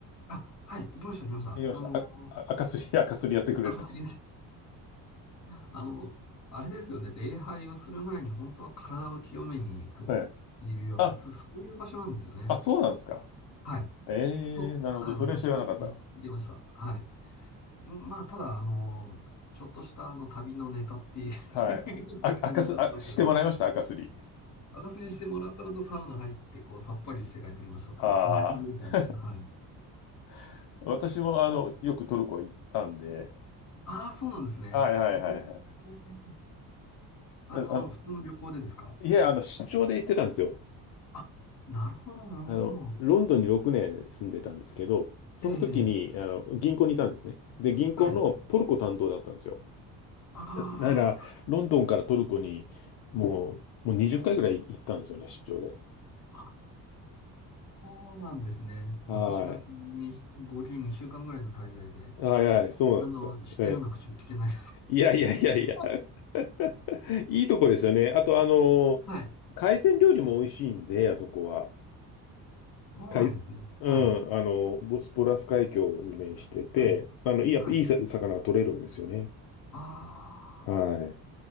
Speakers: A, on the left; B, on the left.
A: あ、はい、行きました、行きました。
B: 言いました。
A: あの、
B: あ、あ赤すり、<laughs> 赤すりやってくれるとこ。
A: 赤杉さんあの、あれですよね、礼拝をする前に本当は体を清めに行くって
B: はい。
A: いうような、
B: あ、
A: そそういう場所なんですよね。
B: あ、そうなんですか。
A: はい。
B: ええーなるほど。
A: と、はい、
B: それは知らなかった。
A: 私は聞いてました。はい。うんまあ、ただ、あの、ちょっとしたあの旅のネタっていう
B: はい。あ、
A: <laughs> 感じになってますけど、
B: 赤す、あ、してもらいました赤すり。
A: 赤すりしてもらったのとサウナ入って、こう、さっぱりして帰ってきましたっていう、
B: ああ。
A: そんな感じですよね。はい。
B: <laughs> 私も、あの、よくトルコ行ったんで。
A: ああ、そうなんですね。
B: はいはいはいはい。
A: へえ。あ、
B: あの、
A: あの、普通の旅行でですか
B: いや、あの、出張で行ってたんですよ。
A: あ、なるほど、なるほど。
B: あの、ロンドンに6年住んでたんですけど、その時に、
A: ええ、
B: あの、銀行にいたんですね。で、銀行のトルコ担当だったんですよ。
A: はい。あ
B: なから、
A: ー
B: ロンドンからトルコに、もう、もう20回ぐらい行ったんですよね、出張で。
A: あ、そうなんですね。私がに合計2週間ぐらいの滞在で、
B: はい。はいはい、そうなんですか。
A: あの、したような口で聞けない。
B: ええ。いやいやいやいや、
A: <laughs>
B: <laughs> いいとこですよね。あと、あの、
A: はい。
B: 海鮮料理も美味しいんで、あそこは。
A: そうなんですね。
B: 海、うん、
A: はい。
B: あの、ボスポラス海峡に面してて、
A: はい。
B: あの、いいや、
A: はい。
B: いいさ魚が取れるんですよね。
A: あ
B: は